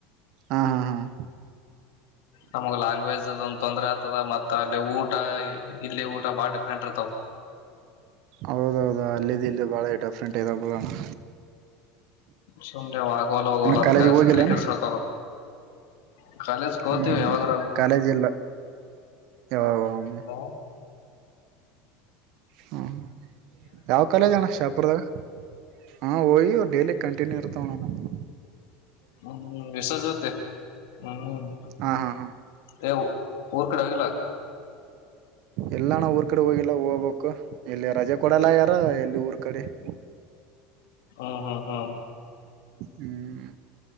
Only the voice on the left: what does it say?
ನಮಗ್ ಲ್ಯಾಂಗ್ವೇಜ್ ಒಂದ್ ತೊಂದ್ರೆ ಆಗ್ತದ ಮತ್ತ ಅಲ್ಲಿ ಊಟ ಇಲ್ಲಿ ಊಟ ಬಾಲ್ ಡಿಫರೆಂಟ್ ಇರ್ತವ್
ಸುಮ್ನೆ ಆಗವಲ್ಲ ಹೋಗುವಲ್ಲ ಅದಕ
ತಲೆ ಕೆಡಸ್ಕಳ್ಕಬ <unintelligible> ಕಾಲೇಜು ಓತೀವಿ
ಯಾವಾಗಾರ ಒಮ್ಮಿ
<inaudible>
ಹ್ಮ ವಿಶಜೊತಿ ಹ್ಮ್
ಎ ಊರ್ ಕಡೆ ಹೋಗಿಲ್ಲ.
ಹ್ಮ ಹ್ಹ ಹ್ಹ